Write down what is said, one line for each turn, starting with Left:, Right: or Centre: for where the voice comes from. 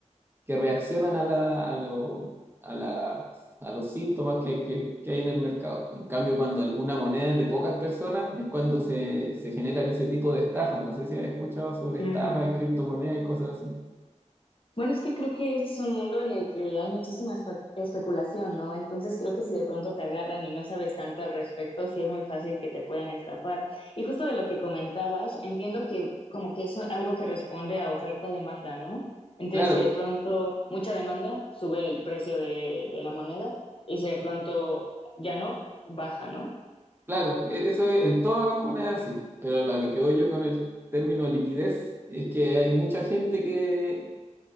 Right: que reaccionan a, la, a, lo- a, la- a los síntomas que, que, que hay en el mercado. En cambio, cuando una moneda es de pocas personas, es cuando se, se generan ese tipo de estafas. No sé si has escuchado sobre
Left: Mm,
Right: estafas en criptomonedas y cosas así.
Left: Bueno, es que creo que es un mundo en el que hay muchísima espe- especulación, ¿no? Entonces creo que si de pronto te agarran y no sabes tanto al respecto, sí es muy fácil que te puedan estafar. Y justo de lo que comentabas, entiendo que como que es algo que responde a oferta-demanda, ¿no? Entonces
Right: Claro,
Left: si de pronto mucha demanda, sube el precio de, de la moneda y si de pronto ya no, baja, ¿no?
Right: claro, e- eso es en todas las monedas sí, pero a lo que voy yo con el término liquidez es que hay mucha gente que,